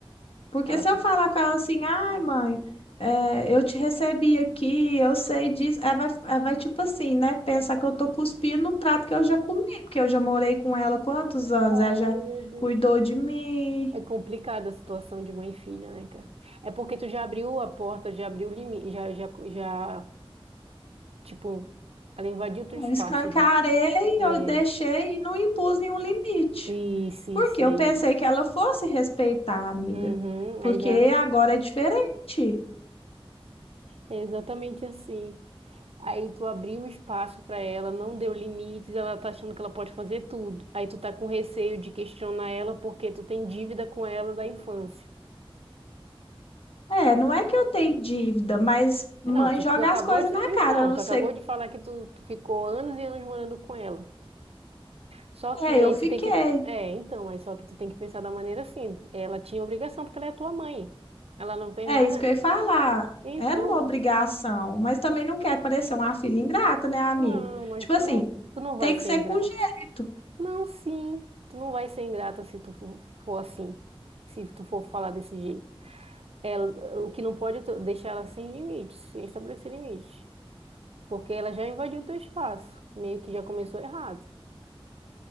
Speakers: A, on the left; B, on the right.
A: Porque
B: Ela,
A: se eu falar com ela assim, ai, mãe, é, eu te recebi aqui, eu sei disso, ela vai, ela vai tipo assim, né? Pensar que eu tô cuspindo no prato que eu já comi, porque eu já morei com ela quantos anos?
B: ai,
A: Ela já
B: meu Deus.
A: cuidou de mim,
B: É complicada a situação de mãe e filha, né, cara? É porque tu já abriu a porta, já abriu o limite, já, já, já, tipo, ela invadiu teu
A: eu
B: espaço
A: escancarei,
B: já. É,
A: eu deixei e não impus nenhum limite.
B: isso, isso
A: Porque eu
B: aí.
A: pensei que ela fosse respeitar, amiga.
B: Uhum,
A: Porque
B: aí já
A: agora é diferente.
B: é exatamente assim. Aí tu abriu o espaço pra ela, não deu limites, ela tá achando que ela pode fazer tudo. Aí tu tá com receio de questionar ela porque tu tem dívida com ela da infância.
A: É, não é que eu tenho dívida, mas mãe
B: É, Não, tu,
A: joga
B: tu acabou
A: as coisas
B: de.
A: na
B: Então,
A: cara. Eu não
B: tu acabou
A: sei.
B: de falar que tu, tu ficou anos e anos morando com ela. Só que
A: É, eu
B: aí
A: fiquei.
B: tu tem que. É, então, aí só que tu tem que pensar da maneira assim. Ela tinha obrigação porque ela é tua mãe. Ela não fez
A: É
B: mais.
A: isso
B: na-
A: que eu ia falar.
B: Então,
A: Era uma obrigação, mas também não quer parecer uma filha ingrata, né, amigo?
B: não, mas
A: Tipo
B: tu
A: assim,
B: não, tu não vai
A: tem
B: ser
A: que ser
B: ingrato.
A: com jeito.
B: Não, sim. Tu não vai ser ingrata se tu for, for assim. Se tu for falar desse jeito. É, o que não pode é tu deixar ela sem limites, sem estabelecer limites. Porque ela já invadiu o teu espaço. Meio que já começou errado.